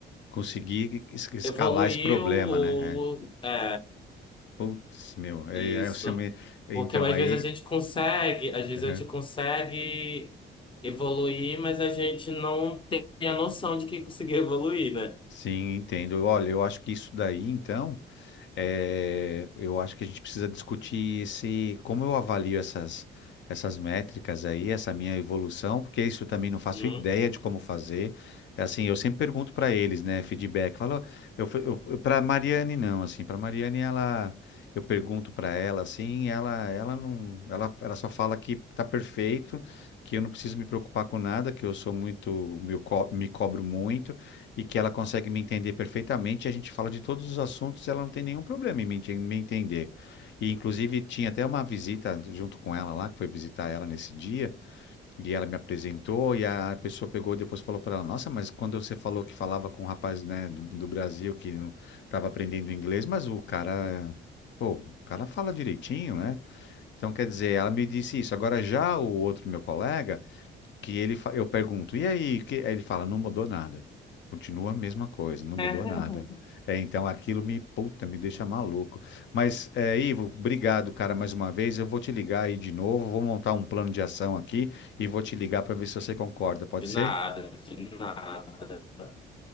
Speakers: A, on the left; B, on the left.
A: Consegui es- escalar
B: evoluiu
A: esse problema,
B: ou
A: né? É.
B: é,
A: Putz, meu, é,
B: Isso.
A: é, eu chamei- Então,
B: Porque às
A: aí.
B: vezes a gente consegue, às vezes
A: aham,
B: a gente consegue evoluir, mas a gente não tem a noção de que conseguiu evoluir, né?
A: Sim, entendo. Olha, eu acho que isso daí, então. É, eu acho que a gente precisa discutir esse, como eu avalio essas, essas métricas aí, essa minha evolução, porque isso eu também não faço
B: Hum?
A: ideia de como fazer. É assim, eu sempre pergunto para eles, né, feedback. Falo, eu, fui- eu, para Mariane não, assim, para Mariane ela, eu pergunto para ela, assim, ela, ela não, ela, ela só fala que tá perfeito, que eu não preciso me preocupar com nada, que eu sou muito, me, co- me cobro muito e que ela consegue me entender perfeitamente. A gente fala de todos os assuntos, ela não tem nenhum problema em me, em me entender. E, inclusive, tinha até uma visita junto com ela lá, que foi visitar ela nesse dia, e ela me apresentou, e a pessoa pegou e depois falou para ela: Nossa, mas quando você falou que falava com um rapaz, né, do, do Brasil que estava aprendendo inglês, mas o cara. Pô, o cara fala direitinho, né? Então, quer dizer, ela me disse isso. Agora, já o outro meu colega que ele, fa- eu pergunto, e aí? Que, aí ele fala, não mudou nada. Continua a mesma coisa, não mudou
B: <laughs>
A: nada. É, então aquilo me, puta, me deixa maluco. Mas, é, Ivo, obrigado, cara, mais uma vez. Eu vou te ligar aí de novo, vou montar um plano de ação aqui e vou te ligar para ver se você concorda. Pode
B: De nada,
A: ser?
B: de nada.